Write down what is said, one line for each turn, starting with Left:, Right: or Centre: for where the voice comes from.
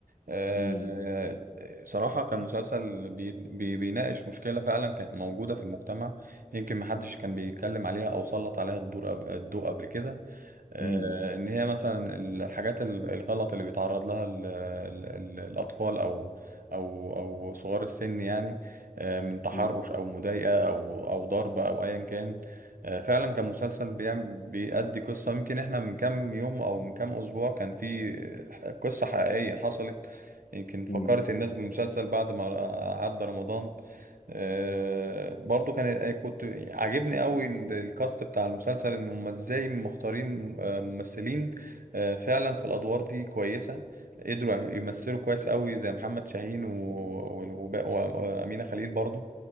Right: آه،
Left: مم.
Right: صراحة كان مسلسل بي بي بيناقش مشكلة فعلا كانت موجودة في المجتمع يمكن محدش كان بيتكلم عليها او سلط عليها الدور قبل- الضوء قبل كده آه،
Left: مم.
Right: ان هي مثلا الحاجات ال- الغلط اللي بيتعرض لها ال ال ال الاطفال او او او صغار السن يعني آه، من تحرش
Left: مم.
Right: او مضايقه او او ضرب او ايا كان آه، فعلا كان مسلسل بيعمل بيأدي قصه يمكن احنا من كام يوم او من كام اسبوع كان في قصه حقيقيه حصلت يمكن فكرت
Left: مم.
Right: الناس بالمسلسل بعد ما آه، عدى رمضان آه، برضو كان آه، كنت عاجبني قوي ال- الكاست بتاع المسلسل ان هم ازاي مختارين آه، ممثلين آه، فعلا في الادوار دي كويسه قدروا يمثلوا كويس قوي زي محمد شاهين و- و- وب- و- وامينه خليل برضو